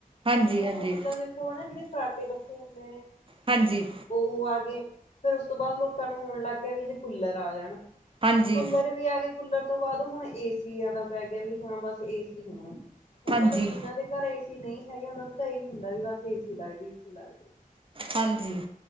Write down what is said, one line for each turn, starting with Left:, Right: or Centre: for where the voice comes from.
Right: ਹਾਂਜੀ
Left: ਪੱਖਿਆਂ
Right: ਹਾਂਜੀ
Left: ਤੋਂ ਮਤਲਬ ਦੇਖੋ ਹਨ ਨਾ ਜਿਹੜੇ ਫਰਾਟੇ ਪੱਖੇ ਹੁੰਦੇ ਨੇ
Right: ਹਾਂਜੀ
Left: ਉਹ ਐ ਫਿਰ ਉਸ ਤੋਂ ਬਾਅਦ ਲੋਕਾਂ ਨੂੰ ਹੋਣ ਲੱਗ ਗਿਆ ਵੀ ਜੇ ਕੂਲਰ ਆ ਜਾਣ
Right: ਹਾਂਜੀ
Left: ਕੂਲਰ ਵੀ ਆ ਗਏ। ਕੂਲਰ ਤੋਂ ਬਾਅਦ ਹੁਣ ਏਸੀਆਂ ਦਾ ਪੈ ਗਿਆ ਵੀ ਹਾਂ ਬਸ ਏਸੀ ਹੋਣ ਹੁਣ
Right: ਹਾਂਜੀ
Left: ਮਤਲਬ ਜਿਹਨਾਂ ਦੇ ਘਰ ਏ ਸੀ ਨਹੀਂ ਹੈਗੇ ਉਹਨਾਂ ਨੂੰ ਤਾਂ ਇਹੀ ਹੁੰਦਾ ਵੀ ਬਸ ਏ ਸੀ ਲੱਗ ਜਾਏ- ਏ ਸੀ ਲੱਗ ਜਾਏ।
Right: ਹਾਂਜੀ